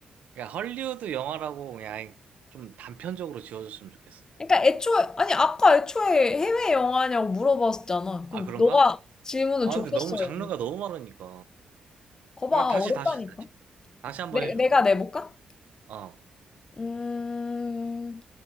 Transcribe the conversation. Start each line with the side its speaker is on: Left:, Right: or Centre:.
Right: 야, 헐리우드 영화라고 그냥 아예 좀 단편적으로 지어줬으면 좋겠어.
Left: 그러니까 애초에, 아니, 아까 애초에 해외 영화냐고 물어봤었잖아. 그럼
Right: 아, 그런가?
Left: 너가 질문을
Right: 아,
Left: 좁혔어야
Right: 근데 너무 장르가
Left: 돼.
Right: 너무 많으니까.
Left: 거봐,
Right: 아, 다시,
Left: 어렵다니까.
Right: 다시, 다시. 다시 한번
Left: 내,
Right: 해줘,
Left: 내가
Right: 그럼.
Left: 내볼까?
Right: 어.
Left: 음,